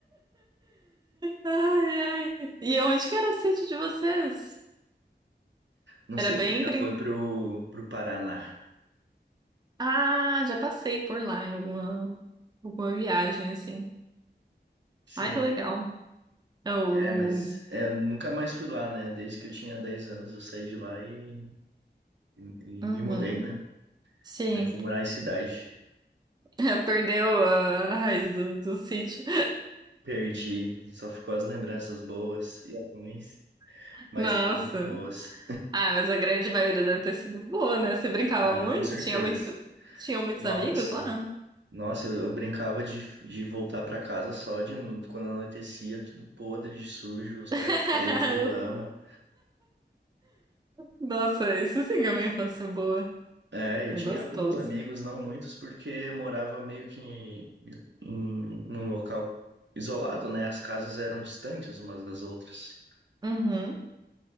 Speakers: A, on the right; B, on the right.
A: Ai, ai. E onde que era o sítio de vocês?
B: não sei
A: Era bem...
B: se tu já
A: brin-
B: foi pro, pro Paraná.
A: Ah, já passei por lá em alguma, alguma viagem, assim.
B: Sim,
A: Ai, que legal. Eu,
B: é,
A: no...
B: mas é, nunca mais fui lá, né? Desde que eu tinha 10 anos eu saí de lá e, e, e
A: Uhum.
B: me mudei, né?
A: Sim,
B: Aí fui morar em cidade.
A: <laughs> perdeu a raiz do, do sítio.
B: Perdi, só ficou as lembranças boas e as ruins,
A: <laughs>
B: mas
A: Nossa.
B: também tem boas.
A: Ah, mas a grande maioria deve ter sido boa, né? Você brincava
B: Ah,
A: muito?
B: com certeza.
A: Tinha muito... Tinham muitos
B: Nossa,
A: amigos lá?
B: nossa, eu, eu brincava de, de voltar pra casa só de no- quando anoitecia, tudo podre de sujo, os pés
A: <laughs>
B: pretos de lama.
A: Nossa, isso sim é uma infância boa.
B: É, eu
A: É
B: tinha
A: gostoso.
B: alguns amigos, não muitos, porque eu morava meio que em, em- num local isolado, né? As casas eram distantes umas das outras.
A: Uhum.